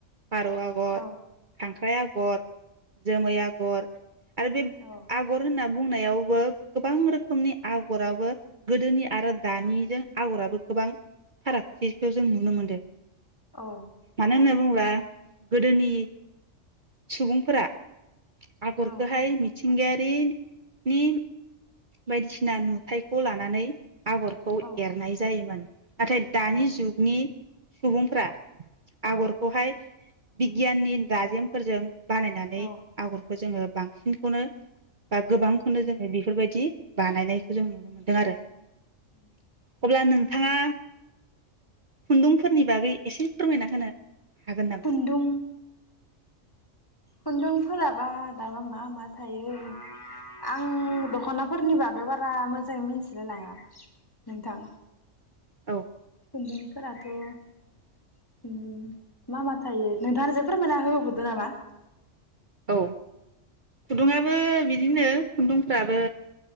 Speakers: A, on the right; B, on the left.
A: फारौ आगर
B: औ
A: खांख्राइ आगर, जोमै आगर आरो बे
B: औ
A: आगर होनना बुंनायावबो गोबां रोखोमनि आगराबो गोदोनि आरो दानिजों आगराबो गोबां फारागथिखौ जों नुनो मोनदो।
B: औ
A: मानो होनना बुं बा गोदोनि सुबुंफोरा आगरखोहाय
B: औ
A: मि मिथिंगायारिनि बायदिसिना नुथायखौ लानानै आगरखौ
B: औ
A: एरनाय जायोमोन। नाथाय दानि
B: औ
A: जुगनि सुबुंफ्रा आगरखौहाय
B: औ
A: बिगियाननि दाजेमफोरजों बानायनानै
B: औ
A: आगर खौ जोङो बांसिनखौनो बा गोबांखौनो जोङो बेफोरबायदि बानायनायखौ जों नुनो मोन्दों आरो
B: <inaudible>
A: अब्ला नोंथाङा खुन्दुंफोरनि बागै एसे फोरमायना होनो हागोन नामा?
B: खुन्दुं खुन्दुं फोराबा दाबा मा मा थायो? आं दख'ना फोरनि बागै बारा मोजाङै मिथिलाय लाङा नोंथां।
A: औ।
B: खुन्दुंफोराथ' उम्म मा मा थायो नोंथाङानो फोरमायना होबोदो नामा?
A: औ खुदुंआबो बिदिनो खुन्दुंफ्राबो